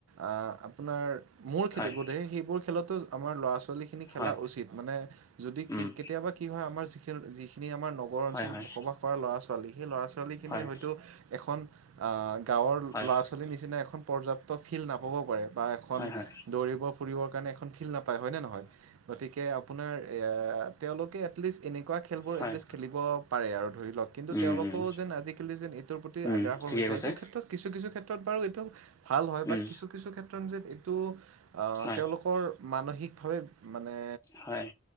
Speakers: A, on the right (about 85°); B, on the left (about 15°).
A: আ আপোনাৰ মোৰ <unintelligible>
B: হয়,
A: বোধে সেইবোৰ খেলতো আমাৰ ল'ৰা ছোৱালী খিনি খেলা
B: হয়,
A: উচিত মানে যদি
B: উম,
A: কে - কেতিয়াবা কি হয় আমাৰ যি খেলোতে যি এই আমাৰ নগৰ
B: হয়,
A: অঞ্চলত
B: হয়,
A: বসবাস কৰা ল'ৰা ছ ছোৱালী, সেই ল'ৰা ছোৱালী খিনিৰ
B: হয়,
A: হয়তো এখ খন আ গাঁৱৰ
B: হয়,
A: ল'ৰা ছোৱালীৰ নিচিনা এখন পৰ্যাপ্ত ফিল্ড নাপ বা এখন
B: হয়, হয়,
A: দৌৰিব ফুৰিবৰ কাৰণে এখন ফিল্ড নাপায় হয় নে নহয়? গতিকে আপোনাৰ এ আ তেওঁলোকে এটলিষ্ট এনেকুৱা খেলবোৰ
B: হয়,
A: এটলিষ্ট খেলিব পাৰে আৰু ধৰি ল কিন্তু
B: উম,
A: তেওঁলোকও
B: উম,
A: যেন আজিকালি যেন এইটোৰ প্ৰতি
B: উম,
A: আগ্ৰাসৰ
B: ঠিকে
A: হৈছে।
B: কৈছে,
A: এইটো ক্ষেত্ৰত কিছু কিছু ক্ষেত্ৰত বাৰু এইটো ভাল হ'য,
B: উম,
A: বাট কিছু কিছু ক্ষেত্ৰত যেন এই টো - আঁ
B: হয়,
A: তেওঁলোকৰ মানসিকভাৱে মানে,
B: হয়,